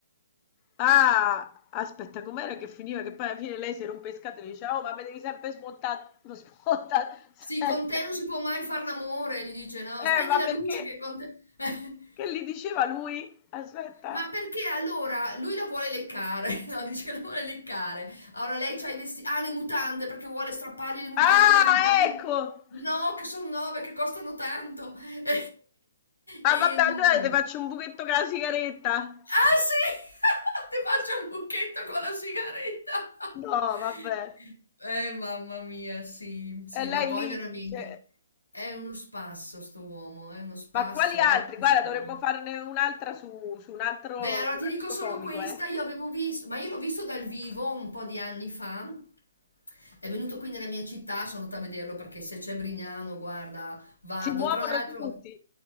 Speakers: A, on the left; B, on the left.
A: ah, aspetta, com'era che finiva? Che poi alla fine lei si rompe le scatole e dice, oh, ma mi devi sempre smontare, <laughs> lo smonta sempre.
B: sì, con te non si può mai far l'amore, gli dice, no,
A: Eh,
B: spegni
A: ma
B: la
A: perché?
B: luce che con te... <laughs>
A: Che gli diceva lui? Aspetta.
B: Ma perché allora lui la vuole leccare? <laughs> No, dice che la vuole leccare. Allora lei c'ha i vestiti. Ah, le mutande perché vuole strappargli le mutande,
A: Ah,
B: le mutande.
A: ecco!
B: No, che sono nove, che costano tanto. <laughs>
A: Ah,
B: Ehm,
A: vabbè, allora ti faccio un buchetto con la sigaretta.
B: Ah sì! <laughs> Ti faccio un lucchetto con la sigaretta. <laughs>
A: No, vabbè.
B: Eh, mamma mia, sì, sì,
A: E
B: ma
A: lei
B: poi
A: lì
B: veramente
A: dice,
B: è uno spasso sto uomo, è uno spasso
A: ma quali altri?
B: ed è così
A: Guarda,
B: bravo.
A: dovremmo farne un'altra su, su un altro,
B: Beh, allora
A: su
B: ti
A: un altro
B: dico solo
A: comico,
B: questa,
A: eh.
B: io avevo visto, ma io l'ho visto dal vivo un po' di anni fa. È venuto qui nella mia città, sono andata a vederlo perché se c'è Brignano, guarda, vado.
A: Si muovono
B: Tra l'altro
A: tutti.